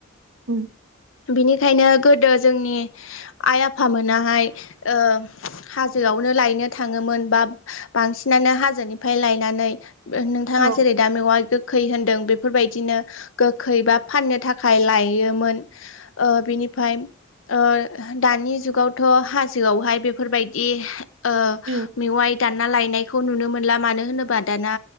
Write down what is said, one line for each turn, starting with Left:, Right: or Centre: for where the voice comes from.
Right: उम।
Left: बिनिखायनो गोदो जोंनि आइ आफामोनाहाय ओ हाजोआवनो लायनो थाङोमोन बा बांसिनानो हाजोनिफ्राय लायनानै <unintelligible> नोंथाङा
Right: औ
Left: जेरै दा मेवाइ गो खै होनदों बेफोरबायदिनो गोखै बा फाननो थाखाय लायो मोन ओ बिनिफाय ओ दानि जुगावथ' हाजोआवहाय बेफोरबायदि ओ
Right: उम
Left: मेवाइ दानना लायनायखौ नुनो मोनला मानो होनोबा दाना